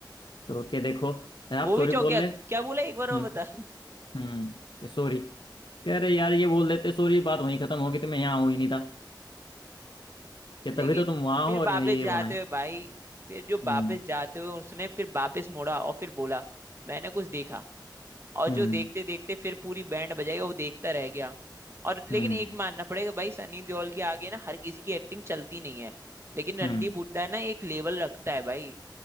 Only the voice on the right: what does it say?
वो
भी चौंक
गया
क्या बोला
एक बार और बता
लेकिन
फिर
वापस
जाते
हुए भाई फिर जो
वापस जाते हुए उसने फिर वापस मुड़ा और फिर बोला मैंने कुछ देखा और
जो देखते देखते फिर पूरी बैंड बजाएगा वो देखता रह गया और लेकिन
एक मानना पड़ेगा भाई सनी देओल के आगे ना हर किसी की एक्टिंग चलती नहीं है लेकिन रणदीप
हुड्डा ना एक लेवल रखता है भाई